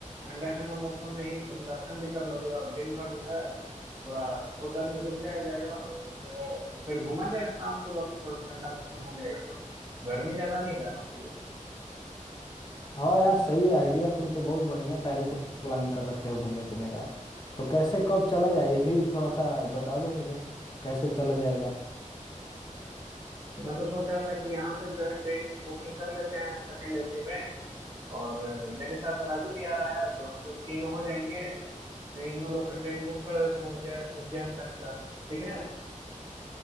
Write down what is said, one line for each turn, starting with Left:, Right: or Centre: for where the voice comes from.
Right: ठंडा ठंडा मौसम में ही तुम दर्शन भी कर लोगे और दिन भर जो है थोड़ा होटल में रुक जाया जाएगा और जो है फिर घूमा जाएगा शाम के वक्त थोड़ा ठंडा मौसम हो जाएगा तो गर्मी ज्यादा नहीं रहना चाहिए
Left: हाँ यार सही है आइडिया तुम तो बहुत बढ़िया पहले से प्लानिंग कर रखे हो घूमने फिरने का तो कैसे कब चला जाए ये भी थोड़ा सा बता दो मुझे कैसे चला जाएगा
Right: मैं तो सोच रहा था कि यहाँ से जो है ट्रेन बुकिंग कर लेते हैं सेकंड एसी में और अ, मेरे साथ राजू भी आ रहा है तो हम लोग तीनों हो जाएंगे तीनों लोग का ट्रेन बुक कर देते हैं उज्जैन उज्जैन तक का ठीक है